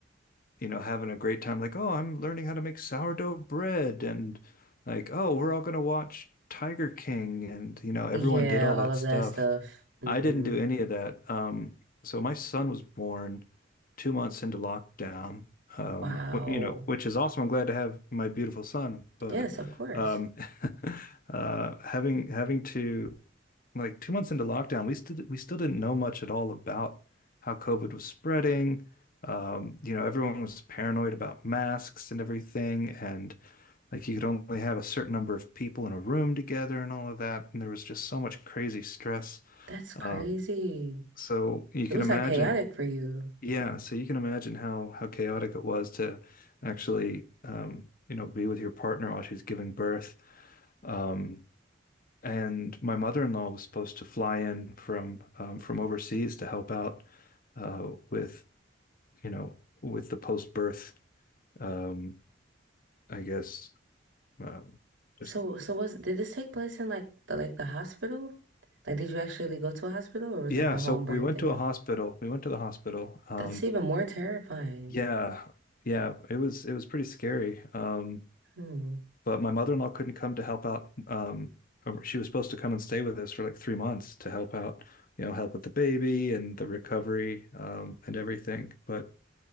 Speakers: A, on the left (about 50°); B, on the right (about 80°).
A: you know, having a great time like, "Oh, I'm learning how to make sourdough bread." And like, "Oh, we're all going to watch Tiger King." And you know, everyone
B: Yeah,
A: did all
B: all
A: that
B: of
A: stuff.
B: that stuff. hmm
A: I didn't do any of that. Um, so my son was born two months into lockdown, um,
B: Wow.
A: wh- you know, which is awesome. I'm glad to have my beautiful son, but
B: Yes, of course.
A: um, <laughs> uh, having having to like two months into lockdown, we still we still didn't know much at all about how COVID was spreading. Um, you know, everyone was paranoid about masks and everything, and like you could only have a certain number of people in a room together and all of that. And there was just so much crazy stress.
B: That's crazy.
A: Um, so you
B: It
A: can
B: was
A: imagine,
B: like chaotic for you.
A: yeah, so you can imagine how how chaotic it was to actually um, you know, be with your partner while she's giving birth. Um, and my mother-in-law was supposed to fly in from um, from overseas to help out uh, with, you know, with the post-birth um, I guess um, just
B: So, so was did this take place in like the like the hospital? Like, did you actually go to a hospital, or was
A: yeah,
B: it like a
A: so
B: home birth
A: we went
B: thing?
A: to a hospital. We went to the hospital. Um,
B: That's even more terrifying.
A: yeah. Yeah, it was it was pretty scary. Um,
B: Hmm.
A: But my mother-in-law couldn't come to help out. Um, she was supposed to come and stay with us for like three months to help out, you know, help with the baby and the recovery, um, and everything. But